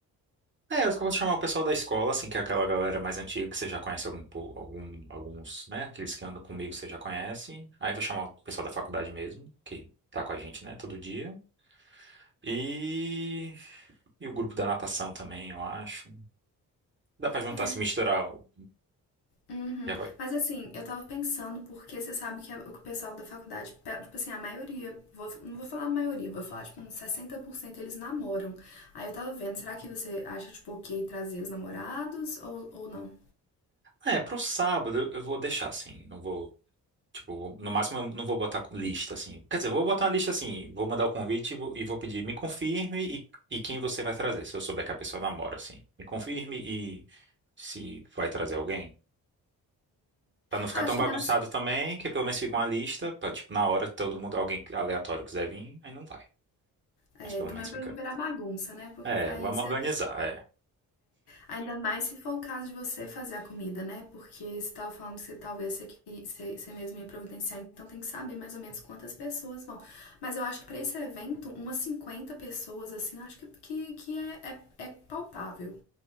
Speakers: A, on the right; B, on the left.
A: É, eu acho que eu vou chamar o pessoal da escola, assim, que é aquela galera mais antiga que você já conhece algum, po- algum, alguns, né? Aqueles que andam comigo que você já conhece. Aí vou chamar o pessoal da faculdade mesmo, que tá com a gente, né, todo dia. E, e o grupo da natação também, eu acho. Dá pra juntar,
B: É,
A: se misturar. o-
B: uhum.
A: Já vai.
B: Mas assim, eu tava pensando, porque você sabe que a- o pessoal da faculdade, pe- tipo assim, a maioria, vou- não vou falar a maioria, vou falar tipo uns 60% eles namoram. Aí eu tava vendo, será que você acha, tipo, ok trazer os namorados ou, ou não?
A: É, pro sábado eu eu vou deixar, assim. Não vou. Tipo, vou- no máximo eu não vou botar lista assim. Quer dizer, eu vou botar uma lista assim, vou mandar o convite e vou, e vou pedir, me confirme e, e quem você vai trazer, se eu souber que a pessoa namora, assim. Me confirme e se vai trazer alguém. Pra não ficar
B: Ah,
A: tão
B: acho
A: bagunçado
B: que nas,
A: também, que pelo menos fica uma lista, pra, tipo, na hora todo mundo, alguém aleatório quiser vir, aí não vai.
B: É,
A: Mas pelo
B: também
A: menos
B: para
A: fica.
B: não virar bagunça, né? Porque
A: É,
B: aí
A: vamos
B: você,
A: organizar. é.
B: ainda mais se for o caso de você fazer a comida, né? Porque você estava falando que você, talvez você, que- você, você mesmo ia providenciar, então tem que saber mais ou menos quantas pessoas vão. Mas eu acho que para esse evento, umas 50 pessoas, assim, eu acho que, que, que é, é, é palpável.